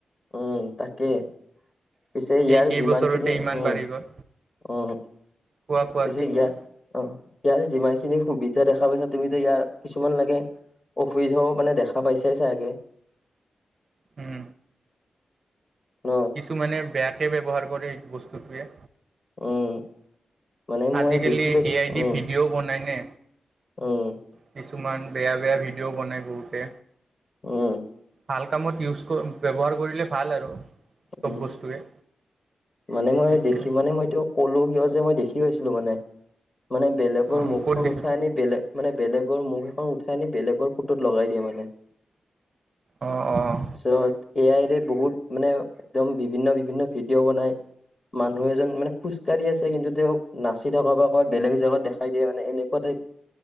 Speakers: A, on the left; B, on the right.
A: উম তাকে পিছে ইয়াৰ
B: এই কেইবছৰতে
A: যিমানখিনি
B: ইমান
A: উম
B: বাঢ়ি গ'ল
A: উম।
B: কোৱা কোৱা
A: পিছে
B: কি
A: ইয়া
B: কোৱা
A: অ ইয়াৰ যিমানখিনি সুবিধা দেখা পাইছা তুমিতো ইয়াৰ কিছুমান লাগে। অসুবিধাও মানে দেখা পাইছে চাগে।
B: উম
A: ন
B: কিছুমানে বেয়াকে ব্যৱহাৰ কৰে এইটো বস্তুটোৱে।
A: উম মানে মই
B: আজিকালি
A: দেখি পাইছো
B: এআই ডি
A: উম
B: ভিডিঅ' বনাই নে
A: উম
B: কিছুমান বেয়া বেয়া ভিডিঅ' বনাই বহুতে।
A: উম
B: ভাল কামত ইউজ ব্যৱহাৰ কৰিলে ভাল আৰু চব
A: উম
B: বস্তুৱে
A: মানে মই
B: সেইটোৱে
A: দেখি মানে মইটো ক'লো কিয় যে মই দেখি পাইছিলো মানে। মানে বেলেগৰ
B: অঁ
A: মুখখন
B: ক'ত দেখি
A: উঠাই আনি বেলেগ মানে বেলেগৰ মুখ এখন উঠাই আনি বেলেগৰ ফটোত লগাই দিয়ে মানে
B: অঁ অঁ
A: চত এ আইৰে বহুত মানে একদম বিভিন্ন বিভিন্ন ভিডিঅ' বনাই মানুহ এজন মানে খোজকাঢ়ি আছে কিন্তু তেওঁ নাচি থকা বা ক'ৰবাত বেলেগ জেগাত দেখাই দিয়ে মানে এনেকুৱা টাইপ